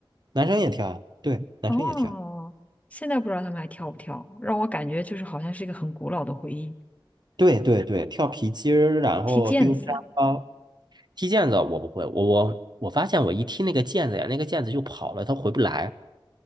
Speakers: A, on the right (about 55°); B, on the left (about 15°).
A: 男生也跳呀，对，男生也跳，
B: 哦，现在不知道他们还跳不跳，让我感觉就是好像是一个很古老的回忆。
A: 对对对，跳皮筋儿，然后丢沙包，
B: 踢毽子
A: 踢毽子我不会，我我我发现我一踢那个毽子呀，那个毽子就跑了，它回不来。